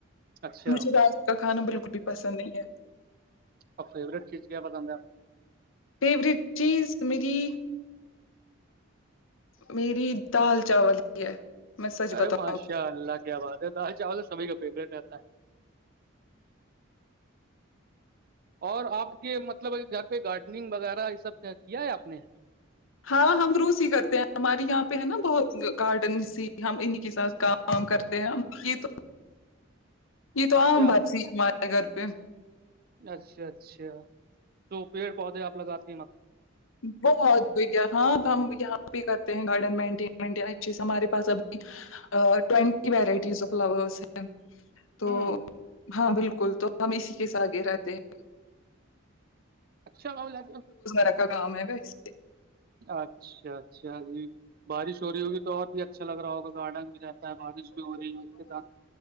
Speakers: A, on the right (about 45°); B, on the left (about 80°).
A: میں؟ اچھا
B: مجھے
A: اور
B: باہر کا کھانا بالکل بھی پسند نہیں ہے
A: اور فیوریٹ چیز کیا پسند ہے
B: فیوریٹ چیز میری میری دال چاول ہی ہے میں سچ
A: ارے
B: بتاؤں
A: ماشاء اللہ کیا بات ہے دال چاول تو سبھی کا فیوریٹ رہتا ہے اور آپ کے مطلب گھر پہ گارڈننگ وغیرہ یہ سب کیا ہے آپ نے
B: ہاں ہم روسی ہی کرتے ہیں ہماراری یہاں پہ ہے نا بہت گارڈن تھی ہم انہ کے سات کام کام کرتے ہیں ہم یہ تو
A: <unintelligible>
B: یہ تو
A: اچھا
B: عام باتسی ہمارے گھر پہ
A: اچھا اچھا تو پیڑ پودے آپ لگاتے
B: بہت ہو ہاں تو ہم یہاں بھی کرتے ہیں گارڈن مینٹین مینٹین اچھے سے ہمارے پاس ابھی ٹوینٹی وورائٹیز آف فلاورس ہیں تو
A: ہوں
B: ہاں بالکل تو ہم اسی کے سے آگے رہتے ہیں
A: اچھا گاؤ لے
B: اسک گم میں اسے
A: اچھا اچھا جی بارش ہو رہی ہوگی تو اور بھی اچھا لگ رہا ہوگا تو آڈنگ بھی ج ہوتا ہے بارش بھی ہو رہی ہے اس کے ساتھ